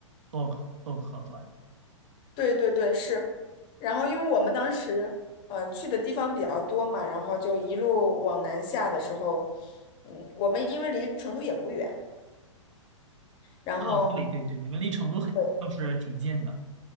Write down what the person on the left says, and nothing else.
对对对，是。然后因为我们当时嗯、呃去的地方比较多嘛，然后就一路往南下的时候，嗯，我们因为离成都也不远，然后
对